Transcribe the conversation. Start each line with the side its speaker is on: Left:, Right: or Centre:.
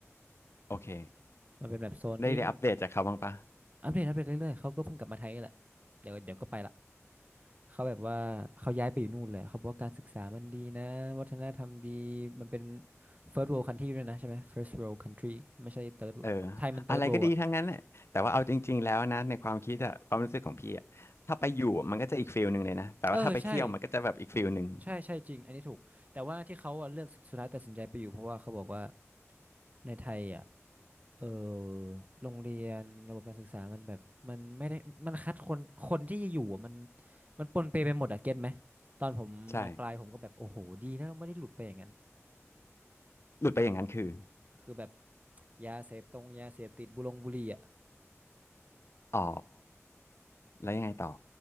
Left: โอเค
Right: มันเป็นแบบโซนที่
Left: ได้ได้อัปเดตจากเขาบ้างปะ
Right: อัปเดตอัปเดตเรื่อยๆเขาก็เพิ่งกลับมาไทยนี่แหละเดี๋ยวเดี๋ยวก็ไปละเขาแบบว่าเขาย้ายไปอยู่นู่นเลยเขาบอกว่าการศึกษามันดีนะวัฒนธรรมดีมันเป็น first world country ด้วยนะใช่ไหม first world country ไม่ใช่ third world
Left: เออ
Right: ไทยมัน third
Left: อะไรก็ดีทั้งนั้นแหละแต่ว่าเอาจริงๆแล้วนะในความคิดอะความรู้สึกของพี่อะถ้าไปอยู่มันก็จะอีกฟีลหนึ่งเลยนะแต่ว่าถ้าไปเที่ยวมันก็จะแบบอีกฟีลหนึ่ง
Right: world อ่ะเออใช่ ใช่ใช่จริงอันนี้ถูกแต่ว่าที่เขาอะเลือกสุดท้ายตัดสินใจไปอยู่เพราะว่าเขาบอกว่าในไทยอ่ะเออโรงเรียนระบบการศึกษามันแบบมันไม่ได้มันคัดคนคนที่อยู่อะมันมันปนเปไปหมดอะเก็ตไหมตอนผมมปลายผมก็แบบโอ้โหดีนะเราไม่ได้หลุดไปอย่างนั้น
Left: ใช่หลุดไปอย่างนั้นคือ
Right: คือแบบยาเสพตรงยาเสพติดบุรงบุหรี่อ่ะ
Left: อ๋อแล้วยังไงต่อ